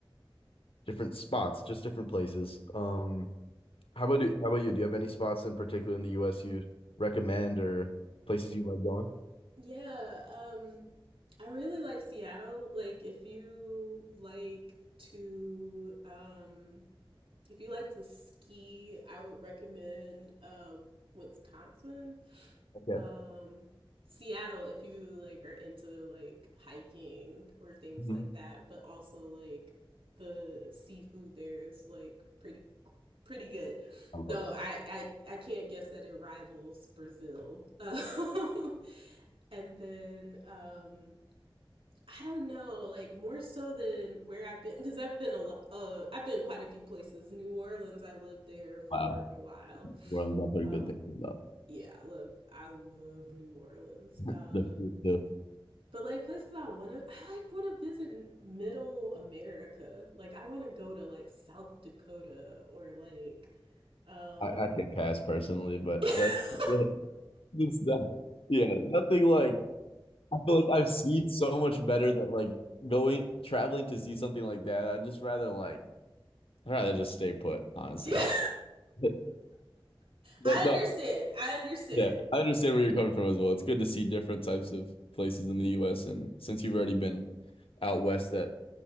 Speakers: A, on the left (about 85°); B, on the right (about 85°).
A: different spots, just different places. Um, how about you, how about you? Do you have any spots in particular in the US you recommend or places you like going?
B: Yeah. Um I really like Seattle. Like if you like to um if you like to ski, I would recommend uh, Wisconsin.
A: Okay.
B: Um, Seattle, if you like are into like hiking or things
A: Mhm.
B: like that, but also like the seafood there is like pretty pretty good.
A: I love
B: Though
A: it.
B: I I, I can't guess that it rivals Brazil. Um, <laughs> and then um, I don't know, like more so than where I've been because I've been a lot. Uh, I've been quite a few places. New Orleans, I lived there for
A: Wow.
B: a while.
A: New Orleans, I've heard
B: Uh,
A: good things about
B: yeah, I love I love New Orleans.
A: <laughs>
B: Um,
A: the food too.
B: but like places I want to, I like want to visit Middle America. Like I want to go to like South Dakota or like, um,
A: I, I could pass personally, but
B: <laughs>
A: that's <laughs> Just that, yeah, nothing like I feel like I've seen so much better that like going traveling to see something like that. I'd just rather like I'd rather just stay put, honestly.
B: yeah.
A: <laughs> Yeah, But
B: I understand.
A: no,
B: I understand.
A: yeah, I understand where you're coming from as well. It's good to see different types of places in the US and since you've already been out west that